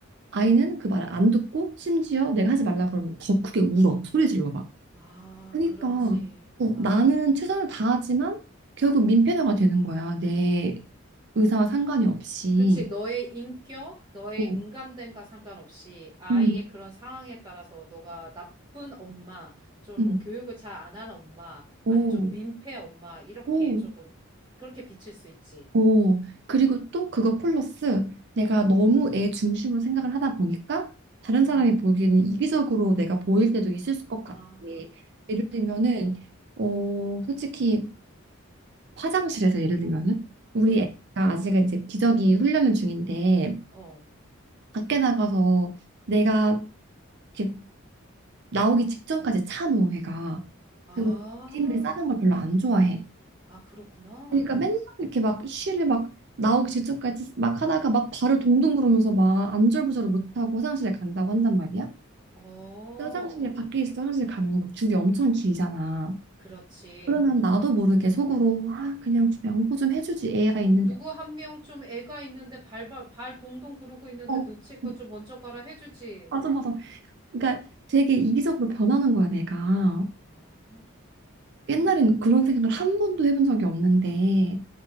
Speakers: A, on the right; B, on the right.
A: 아이는 그 말을 안 듣고 심지어 내가 하지 말라 그러면 더 크게 울어. 소리 질러 봐.
B: 아,
A: 그러니까
B: 그렇지.
A: 어,
B: 맞아.
A: 나는 최선을 다하지만 결국 민폐너가 되는 거야. 내 의사와 상관이
B: 맞아.
A: 없이.
B: 그치, 너의 인격, 너의
A: 어,
B: 인감됨과 상관없이 아이의
A: 음,
B: 그런 상황에 따라서 너가 나쁜 엄마, 좀
A: 음,
B: 뭐 교육을 잘 안 하는 엄마,
A: 오,
B: 아니면 좀 민폐 엄마, 이렇게
A: 오,
B: 조금, 그렇게 비칠 수 있지.
A: 오. 그리고 또 그거 플러스 내가
B: 음,
A: 너무 애 중심으로 생각을 하다 보니까 다른
B: 음.
A: 사람이 보기에는 이기적으로 내가 보일 때도 있을 것
B: 아,
A: 같아. 예를 들면은 어, 솔직히 화장실에서 예를 들면은 우리
B: 음,
A: 애가 아직은 이제 기저귀 훈련 중인데
B: 어.
A: 밖에 나가서 내가 이렇게 나오기 직전까지 참어 애가
B: 아,
A: 그리고 이름을 싸는 걸 별로 안 좋아해
B: 아, 그렇구나.
A: 그러니까 맨날 이렇게 막 쉬를 막 나오기 직전까지 막 하다가 막 발을 동동 구르면서 막 안절부절을 못하고 화장실에 간다고 한단 말이야
B: 어,
A: 근데 화장실에 밖에 있어 화장실 가면 막 줄이 엄청 길잖아
B: 그렇지.
A: 그러면 나도 모르게 속으로 아 그냥 좀 양보 좀 해주지 애가 있는데
B: 누구 한 명 좀 애가 있는데 발발 발 동동 구르고 있는데
A: 어
B: 눈치껏
A: 음,
B: 좀 먼저 가라 해주지.
A: 맞아 맞아 그러니까 되게 이기적으로 변하는 거야, 내가.
B: 아,
A: 옛날엔 그런 생각을 한 번도 해본 적이 없는데,